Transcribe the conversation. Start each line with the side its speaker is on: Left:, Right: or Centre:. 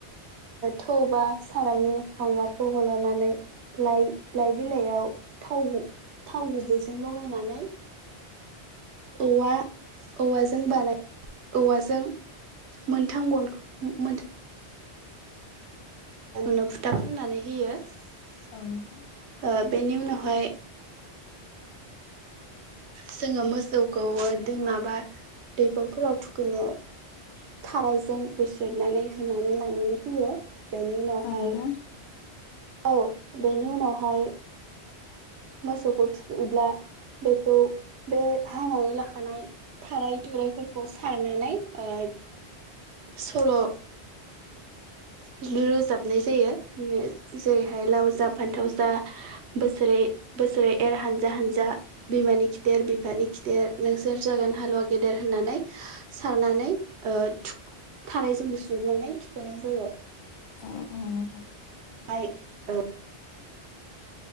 Right: थौ बा सारायनि हांगारखौ हलनानै लाइ लाइ बिलाइयाव थाव थाव गुबैजों लगायनानै औवा औवाजों बानाय औवाजों मोनथाम गन मोनथाम नो फुथा फुननानै होयो ओ
Left: <unintelligible>
Right: बेनि उनावहाय जोङो मोसौखौबो दै माबा दैखरफोराव थुखैनो थारायजों बोस्रोदनानै होनानै लानानै फैयो बेनि उनावहाय
Left: औ नोंथां औ नोंथां
Right: औ बेनि उनावहाय मोसौखौ थुयोब्ला बेखौ बे हानानै लाखानाय थाराय थुरायफोरखौ सारनानै ओ सल' बिनो रोजाबनाय जायो जेरैहाय लाव जा फान्थाव जा बोसोरै बोसोरै एर हानजा हानजा जा बिमानि खिथेर बिफानि खिथेर नोंसोर जागोन हालुवा गेदेर होननानै सारनानै थारायजोंबो सुनानै थुख'नाय जायो
Left: औ औ नोंथां
Right: <unintelligible>